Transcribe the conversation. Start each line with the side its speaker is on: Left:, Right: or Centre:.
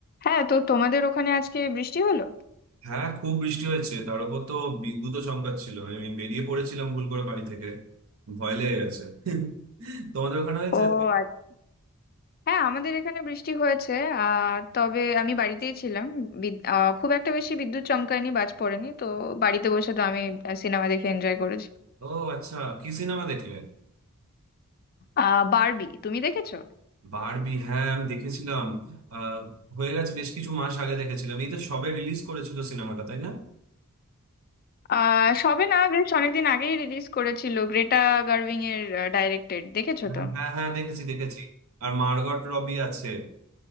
Left: হ্যাঁ তো তোমাদের ওখানে আজকে বৃষ্টি হলো
Right: হ্যাঁ খুব বৃষ্টি হয়েছে তার উপর তো বিদ্যুৎও সংকট ছিল আমি বেরিয়ে পড়েছিলাম ভুল করে বাড়ি থেকে ভয় লেগে গেছে <laughs> তোমাদের ওখানে হয়েছে
Left: ও আচ্ছা হ্যাঁ আমাদের এখানে বৃষ্টি হয়েছে আহ তবে আমি বাড়িতেই ছিলাম বিদ- আহ, খুব একটা বেশি বিদ্যুৎ চমকায়নি বাজ পড়েনি তো বাড়িতে বসে তো আমি সিনেমা দেখে এনজয় করেছি
Right: ও আচ্ছা কি সিনেমা দেখলে
Left: আহ বারবি তুমি দেখেছো
Right: বারবি হ্যাঁ আমি দেখেছিলাম আহ হয়ে গেছে বেশ কিছু মাস আগে দেখেছিলাম এই তো সবে রিলিজ করেছিল সিনেমাটা তাই না
Left: আহ সবে না বেশ অনেকদিন আগেই রিলিজ করেছিল গ্রেটা গার্ভিং এর ডাইরেক্টেড দেখেছো
Right: হ্যাঁ
Left: তো
Right: হ্যাঁ হ্যাঁ, দেখেছি দেখেছি আর মার্গট রবি আছে